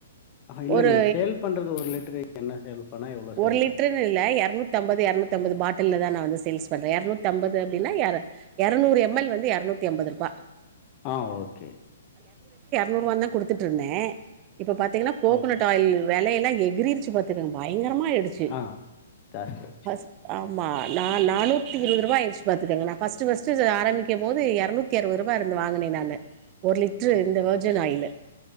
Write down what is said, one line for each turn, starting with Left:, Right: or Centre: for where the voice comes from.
Left: ஆ இல்ல
Right: ஒரு
Left: நீங்க சேல் பண்றது ஒரு லிட்ரு என்ன சேல் பண்ணா எவ்ளோ சேல்
Right: ஒரு லிட்ருன்
Left: பண்ணுவீங்க?
Right: இல்ல எரநூத்தம்பது எரநூ தம்பது பாட்டல்லதா நா வந்து சேல்ஸ் பண்ற எரநூத்தம்பது அப்டின்னா எர எரநூறு எம் எல் வந்து எரநூத்தி அம்பது ரூபா
Left: ஆ ஓகே
Right: நூறுவான்தா குடுத்துட்ருந்தே இப்ப பாத்தீங்னா கோகுனட்
Left: ஓகே.
Right: ஆயில் வெலையெல்லா எகிரிருச்சு பாத்துக்கங்க பய ங்கரமாயிடுச்சி
Left: ஆ ஜாஸ்தியாச்சு.
Right: பஸ் ஆ ஆமா நா நானூத்தி இருவுது ரூபாயிருச்சி பாத்துக்கங்க நா ஃபஸ்ட்டு ஃபஸ்ட்டு ஆரம்பிக்கு போது எரநூத்தி அறுவது ரூபா ந்து வாங்கனே நானு ஒரு லிட்ரு
Left: ஓகே.
Right: இந்த வெர்ஜன் ஆயிலு